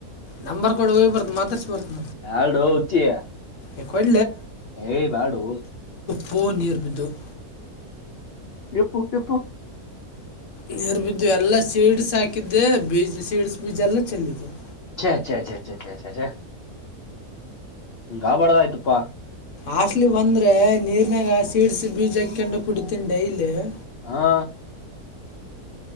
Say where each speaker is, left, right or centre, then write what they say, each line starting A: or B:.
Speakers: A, on the left; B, on the left.
A: ನಂಬರ್ ಕಡ್ ಹೋಗ್ಬರ್ತ್ ನಿಮಾತಾಡ್ಸ ಬರ್ತದೆ. -
B: ಎಲ್ಡು ಹೋ ಹಚ್ಚಿ <unintelligible>
A: ಎ <inaudible>
B: ಏ ಮಾಡಾಡುು <unintelligible>
A: ಫೋನ್ ಇರ್ಬಿದ್ದು <unintelligible>
B: ಎಪ್ಪು ಎಪ್ಪು <inaudible>
A: ನೀರ್ ಬಿದ್ದು ಎಲ್ಲ ಸೀಡ್ಸ್ ಹಾಕಿದ್ದೆ. ಬೀಜ ಸೀಡ್ಸ್ ಬೀಜ ಎಲ್ಲ ಚೆಂದಿದವು-
B: ಹ <inaudible> ಹಿಂಗಾಬಾರದಹಾಗಿಆಯ್ತಪ್ಪಾ. -
A: ಹಸ್ಲಿ ಬಂದ್ರೆ ನೀರ್ನಾಗ ಸೀಡ್ಸ್ ಬೀಜ ಹಾಕೊಂಡು ಕುಡಿತೀನಿ ಡೈಲಿ,. -
B: ಹಾ,